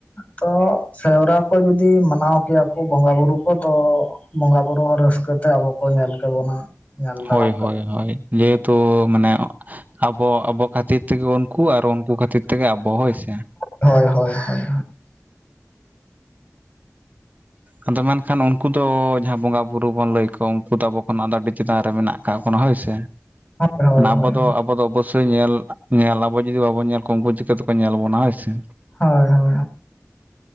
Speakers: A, on the left (about 30°); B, on the right (about 30°).
A: ᱛᱚ ᱥᱮᱣᱨᱟ ᱠᱚ ᱡᱩᱫᱤ ᱢᱟᱱᱟᱣ ᱠᱮᱭᱟ ᱠᱚ ᱵᱚᱸᱜᱟ ᱵᱩᱨᱩ ᱠᱚ ᱛᱚ ᱵᱚᱸᱜᱟ ᱵᱩᱨᱩ ᱨᱟᱹᱥᱠᱟᱹ ᱛᱮ ᱟᱵᱚ ᱠᱚ ᱧᱮᱞ ᱠᱮᱵᱚᱱᱟ ᱧᱮᱞ ᱫᱟᱨᱟᱢ
B: ᱦᱚᱭ
A: ᱠᱮᱵᱚᱱᱟ
B: ᱦᱚᱭ ᱦᱚᱭ ᱡᱮᱦᱮᱛᱩ ᱢᱟᱱᱮ ᱟᱵᱚ ᱟᱵᱚ ᱠᱷᱟᱹᱛᱤᱨ ᱛᱮᱜᱮ ᱩᱱᱠᱩ ᱟᱨ ᱩᱱᱠᱩ ᱠᱷᱟᱹᱛᱤᱨ ᱛᱮᱜᱮ ᱟᱵᱚ ᱦᱚᱭ ᱥᱮ
A: ᱦᱚᱭ ᱦᱚᱭ ᱦᱚᱭ <unintelligible>
B: ᱟᱫᱚ ᱢᱮᱱᱠᱷᱟᱱ ᱩᱱᱠᱩ ᱫᱚ ᱡᱟᱦᱟᱸᱭ ᱵᱚᱸᱜᱟ ᱵᱩᱨᱩ ᱵᱚᱱ ᱞᱟᱹᱭ ᱠᱚ ᱩᱱᱠᱩ ᱫᱚ ᱟᱵᱚ ᱠᱷᱚᱱ ᱟᱹᱰᱤ ᱪᱮᱛᱟᱱ ᱨᱮ ᱢᱮᱱᱟᱜ ᱦᱚᱭ ᱥᱮ
A: ᱦᱳᱭ ᱦᱳᱭ ᱦᱳᱭ
B: ᱟᱵᱚ ᱫᱚ ᱟᱵᱚ ᱫᱚ ᱧᱮᱞ ᱧᱮᱞ ᱟᱵᱚ ᱡᱩᱫᱤ ᱵᱟᱵᱚᱱ ᱧᱮᱞ ᱠᱚᱣᱟ ᱩᱱᱠᱩ ᱪᱤᱠᱟᱹ ᱛᱮᱠᱚ ᱧᱮᱞ ᱵᱚᱱᱟ ᱦᱚᱭ ᱥᱮ
A: ᱦᱚᱭ ᱦᱚᱭ